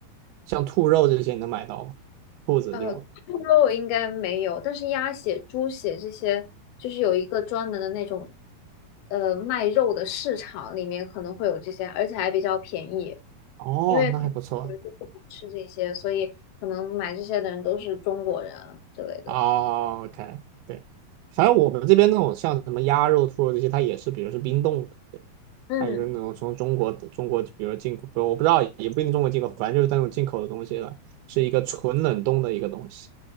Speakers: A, on the right; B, on the left.
A: 像兔肉这些，你能买到吗？兔子这种。
B: 呃，猪肉应该没有，但是鸭血、猪血这些，就是有一个专门的那种，呃，卖肉的市场里面可能会有这些，而且还比较便宜。
A: 哦，
B: 因为可能有人就不敢吃这些，
A: 那还不错。
B: 所以可能买这些的人都是中国人啊之类的。
A: 哦，OK，对，反正我们这边那种像什么鸭肉、兔肉这些，它也是，比如是冰冻的，对，
B: 嗯，
A: 它就是那种从中国中国，比如进口，不我不知道，也不一定中国进口，反正就是那种进口的东西了，是一个纯冷冻的一个东西。